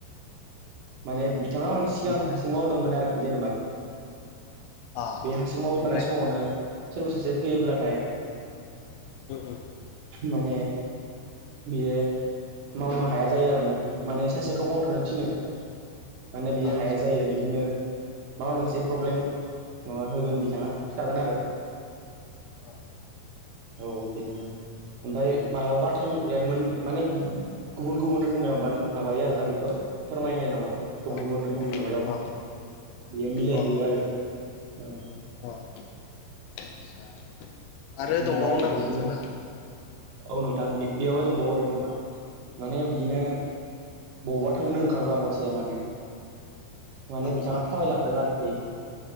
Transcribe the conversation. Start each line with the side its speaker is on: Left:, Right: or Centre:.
Right: माने बिथाङा माने सिगां
Left: उम
Right: हारसिं मावदोंमोन आरोखि जेनेबा।
Left: अ
Right: बे हासिं मावबाय
Left: ओमफ्राय
Right: थानाय समावनो सोरबा सासे फैयोब्लाथाय
Left: उम उम
Right: माने बियो मावनो हाया जायो आरोोना माने सासेखौ मावथ'नो थिनो माने बेयो
Left: आदसा
Right: हाया जायो बिदिनो माबा मोनसे प्रब्लेम माबा होगोन बिथाङा खिथागोन आरो
Left: औ
Right: औ बिदिनो ओमफ्राय मायावबा थांजेमोन माने गुबुन गुबुन रोखोमै माबायो आरोना बेखौ फोरमायनाय दङ। गुबुन
Left: अ
Right: गुबुन रोखोमनि माबायाव
Left: अ
Right: बियो मिलायहोयो
Left: अ
Right: आरो औ।
Left: अ आदसा आरो
Right: ओमफ्राय
Left: दंबावो नामा
Right: बिदिनो
Left: जोंहा
Right: औ नोंथां बेयावनो दंबावो र' नोंथां माने बिदिनो बबावबा थांनो ओंखारबा मानसिया माने माने
Left: आदसा
Right: बिथाङा
Left: आदसा
Right: थाबायलांदों आरोखि।